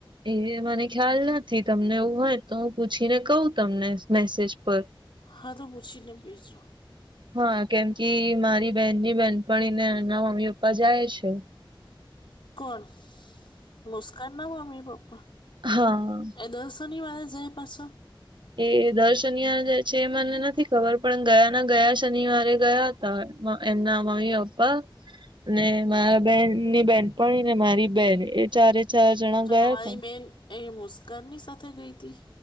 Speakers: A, on the right (about 60°); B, on the left (about 65°).
A: એ મને ખ્યાલ નથી. તમને એવું હોય તો હું પૂછીને કહું. તમને મેસેજ પર.
B: હા, તો પૂછીને કેજો.
A: હા, કેમ કે મારી બેહેનની બેહેનપણીને એમના મમ્મી-પપ્પા જાય છે.
B: કોણ મુસ્કાન ના મમ્મી-પપ્પા?
A: હા
B: એ દસ. શનિવારે જાહે પાસો.
A: એ દર શનિવાર જાય છે. એ મને નથી ખબર પણ ગયા ના ગયા શનિવારે ગયા. એમ નાં મમ્મી-પપ્પા. ને મારા બેન ની બહેનપણી ને મારી બેન. એ ચારે. ચાર જણા
B: તો
A: ગયા
B: તમારી
A: હતા.
B: બેન એ મુસ્કાનની સાથે ગઈ હતી?